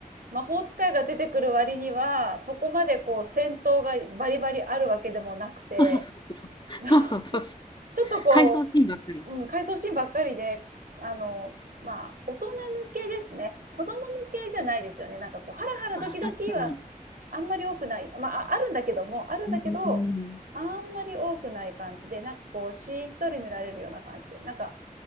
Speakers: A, on the right; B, on the left.
A: 魔法使いが出てくる割には、そこまでこう戦闘がバリバリあるわけでもなくて、
B: そうそうそうそう。
A: <laughs> ち
B: そうそうそうそう。
A: ょっとこ
B: 回想シーンばっかり。
A: ううん、回想シーンばっかりで、あの、まあ、大人向けですね。子供向けじゃないですよね。なんかこう、ハラハラドキドキは
B: ああ、確かに。
A: あんまり多くない。まあ、あるんだけども、あるんだけど、
B: うん。
A: あんまり多くない感じで、なんかこう、しっとり見られるような感じで。なんか、